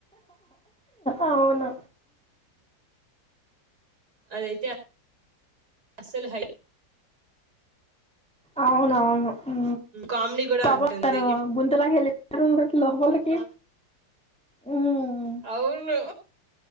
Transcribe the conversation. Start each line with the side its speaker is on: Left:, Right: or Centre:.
Centre: అవును
Right: అదైతే అస్సలు హై
Centre: అవునవును ఊ
Right: కామెడీ కూడా
Centre: పాపం
Right: ఉంటుంది
Centre: తను గుంతలోకి వెలి లోపలికి హ్మ్.
Right: అవును